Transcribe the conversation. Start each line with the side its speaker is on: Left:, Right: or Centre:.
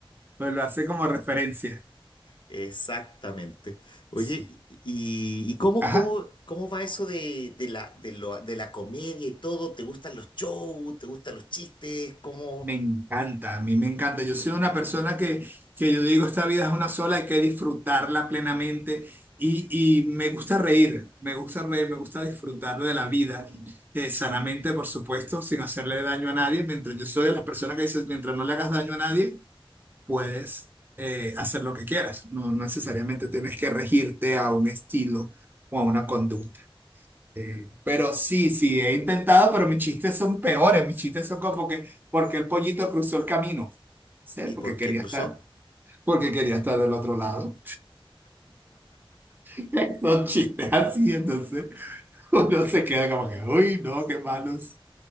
Right: Pues lo hace como referencia.
Left: exactamente. Oye,
Right: Sí.
Left: ¿y, y- y cómo,
Right: Ajá,
Left: cómo, cómo va eso de, de la, de, lo- de la comedia y todo? ¿Te gustan los shows? ¿Te gustan los chistes? ¿Cómo?
Right: me encanta, a mí me encanta. Yo soy una persona que, que yo digo, esta vida es una sola, hay que disfrutarla plenamente y, y me gusta reír, me gusta reír, me gusta disfrutar de la vida, eh, sanamente, por supuesto, sin hacerle daño a nadie, mientras yo soy de las personas que dice, mientras no le hagas daño a nadie. puedes eh, hacer lo que quieras. No no necesariamente tienes que regirte a un estilo o a una conducta. Eh, pero sí, sí, he intentado, pero mis chistes son peores. Mis chistes son como que, porque el pollito cruzó el camino. ¿Sí?
Left: ¿Y
Right: Porque
Left: por
Right: quería
Left: qué cruzó?
Right: estar, porque quería estar del otro lado. <laughs> Son chistes así, entonces <laughs> uno se queda como que, uy, no, qué malos.